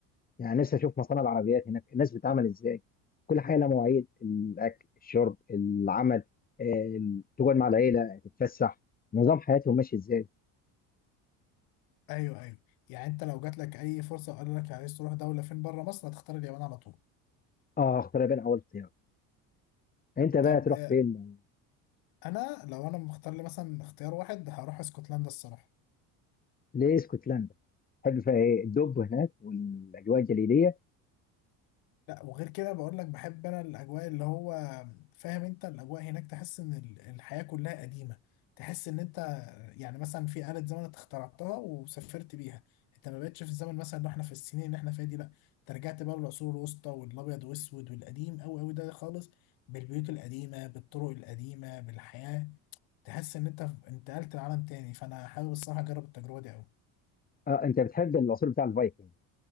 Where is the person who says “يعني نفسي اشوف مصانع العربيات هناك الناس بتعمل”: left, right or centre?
Left